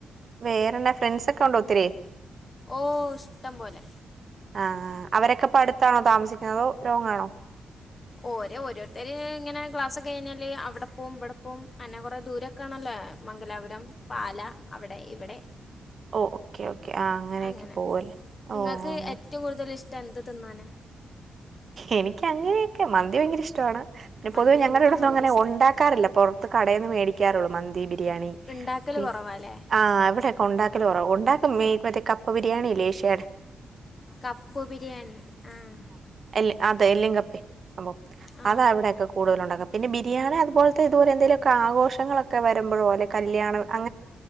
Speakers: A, on the right; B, on the left.
A: വേറെന്നാ, ഫ്രണ്ട്സൊക്കെ ഉണ്ടോ ഒത്തിരീ?
B: ഓ, ഇഷ്ടം പോലെ
A: ആ, അവരൊക്കെ ഇപ്പ അടുത്താണോ താമസിക്കുന്നേ, അതോ ലോങ്ങാണോ?
B: ഓര ഓരോരുത്തര് ഇങ്ങനെ ക്ലസ്സൊക്കെ കഴിഞ്ഞാല്, അവടെ പോവും ഇവടെ പോവും അന്നെ കൊറെ ദൂരൊക്കെ ആണല്ലോ. ഏഹ് മംഗലാപുരം, പാല, അവിടെ ഇവിടെ
A: ഓ ഓക്കെ ഓക്കെ ആഹ് അങ്ങനെയൊക്കെ
B: അങ്ങനെ
A: പോവല്ലേ ഓഹ്
B: ഇങ്ങക്ക് ഏറ്റവും കൂടുതല് ഇഷ് എന്ത് തിന്നാനാ?
A: എനിക്ക് അങ്ങനെയൊക്കെ, മന്തി വയങ്കര ഇഷ്ടവാണ്. പിന്നെ,
B: മന്തി
A: പൊതുവെ ഞങ്ങടെ
B: എനിക്ക്
A: ഇവിടൊന്നും
B: മന്തി
A: അങ്ങനെ
B: ഇഷ്ടമാണ്
A: ഒണ്ടാക്കാറില്ല, പൊറത്ത് കടേന്ന് മേടിക്കാറുള്ളു മന്തി, ബി ബിരിയാണി
B: ഉണ്ടാക്കൽ
A: പിൻ,
B: കുറവാല്ലേ
A: ആ ഇവിടൊക്കെ ഉണ്ടാക്കല് കൊറവാ ഉൺ ഉണ്ടാക്കും, മി മറ്റേ കപ്പ ബിരിയാണില്ലേ ഇഷേടെ
B: കപ്പ് ബിരിയാണി ആഹ്
A: എല്ല് അതെ എല്ലി കപ്പേ സംഭവം
B: ആ
A: അതാ ഇവെടെയൊക്കെ കൂടുതല് ഉണ്ടാക്കുൻ പിന്നെ ബി ബിരിയാണി അതുപോലത്തെ ഏതോ എന്തേലൊക്കെ ആഘോഷങ്ങളൊക്കെ വരുമ്പഴോ അല്ലേ കല്യാണ അ